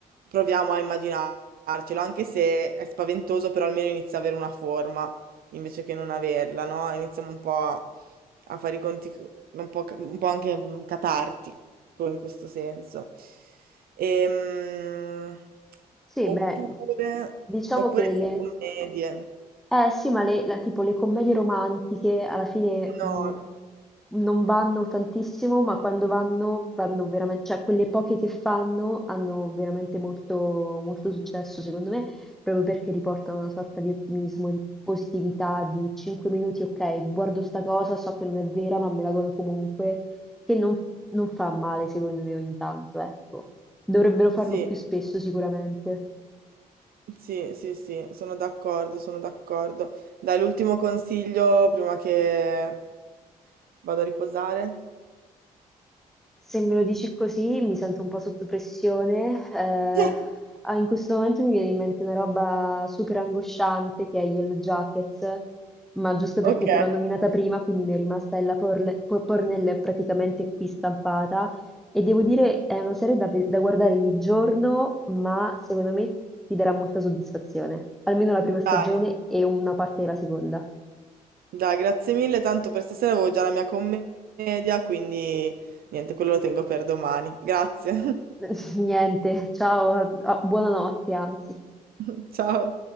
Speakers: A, on the right; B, in the centre.
A: proviamo a immaginarcelo, anche se è spaventoso, però almeno inizia ad avere una forma invece che non averla, no? Iniziamo un po' a a fare i conti un po', ca- un po' anche mm, catartico in questo senso. Ehm,
B: Sì,
A: oppure,
B: beh, diciamo
A: oppure
B: che le...
A: sì, commedie.
B: Eh sì, ma le, la- tipo le commedie romantiche alla fine mh,
A: No,
B: non vanno tantissimo, ma quando vanno, vanno veramente, cioè quelle poche che fanno hanno veramente molto, molto successo, secondo me, proprio perché riportano una sorta di ottimismo, di positività, di 5 minuti, ok, guardo sta cosa, so che non è vera, ma me la godo comunque, che non, non fa male, secondo me, ogni tanto, ecco. Dovrebbero farlo
A: sì,
B: più spesso sicuramente.
A: sì, sì, sì, sono d'accordo, sono d'accordo. Dai, l'ultimo consiglio prima che vado a riposare.
B: Se me lo dici così mi sento un po' sotto pressione. eh,
A: <laughs>
B: ah, in questo momento mi viene in mente una roba super angosciante che è Yellow Jackets, ma giusto
A: Ok,
B: perché te l'ho nominata prima, quindi mi è rimasta Ella Porle- Po- Pornell praticamente qui stampata. E devo dire, è una serie da, ve- da guardare di giorno, ma secondo me ti darà molta soddisfazione. Almeno la prima stagione
A: dai,
B: e una parte della seconda.
A: dai, grazie mille, tanto per stasera avevo già la mia commedia, quindi niente, quello lo tengo per domani. Grazie.
B: <laughs> Niente, ciao, a- a- buonanotte anzi.
A: <laughs> Ciao.